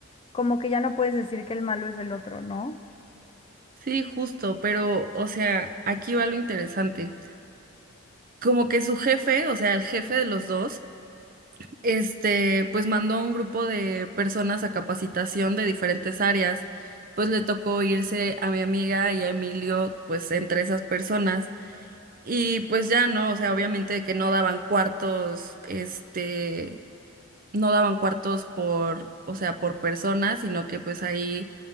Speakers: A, on the left; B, on the right.
A: como que ya no puedes decir que el malo es el otro, ¿no?
B: Sí, justo, pero, o sea, aquí va lo interesante. Como que su jefe, o sea, el jefe de los dos, este, pues mandó a un grupo de personas a capacitación de diferentes áreas. Pues le tocó irse a mi amiga y a Emilio, pues entre esas personas. Y pues ya no, o sea, obviamente que no daban cuartos, este, no daban cuartos por, o sea, por persona, sino que pues ahí